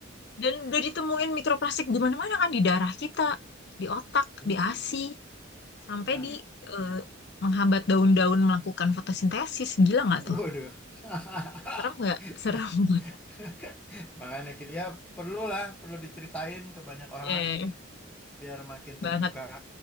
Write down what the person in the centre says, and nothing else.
Mm-mm,
makanya,
waduh.
<laughs>
Nah,
<laughs> makanya kita ya perlulah perlu diceritain ke banyak orang
biar makin
terbuka